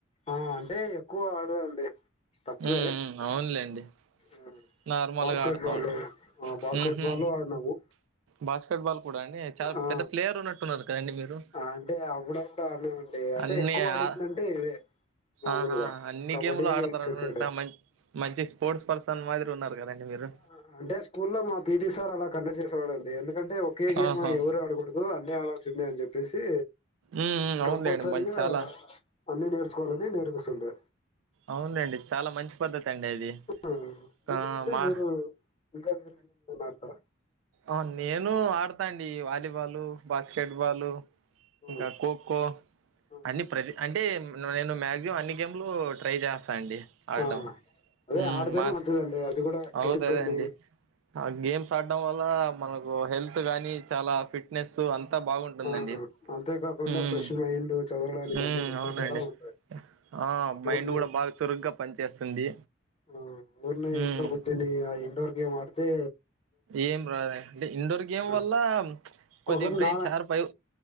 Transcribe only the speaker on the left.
ఆ అంటే ఎక్కువ ఆడలే అండి తక్కువే
ఆ
బాస్కెట్
బాలు
ఆ బాస్కెట్
బాలు ఆడినాము
ఆ
అంటే అప్పుడప్పుడు ఆడినామండి అంటే
ఎక్కువ ఆడిందంటే
ఇవే మామూలుగా
కబడ్డీ
క్రికెట్
ఆ ఆ అంటే స్కూల్లో మా పిటీ సార్ అలా కండక్ట్ చేసేవాడు అం డి ఎం దుకంటే ఒకే గేమ్
ఎవరు ఆడకూడదు అన్నీ ఆడాలి సిందే అని చెప్పేసి
కంపల్సరిగా
అన్ని నేర్చుకోవాలని నేర్పిస్తుండే
ఆ! మీరేంటి
మీరు ఇంకా వేరే గేమ్లు ఏమన్న ఆడతరా
ఆ
ఆ!
ఆ! అదే
ఆడితేనే
మంచిదండి అది కూడా
హెల్త్ గాని
ఆ అంతేకాకుండా
ఫ్రెష్ మైండ్ చదవడానికి
అన్ని గుర్తుండేలా
ఉంటాయి
ఊరినే
ఆ ఊర్నే ఇంట్లో
కూర్చొని ఆ ఇండోర్ గేమ్ ఆడితే
హ్మ్.
ఒకటి
నా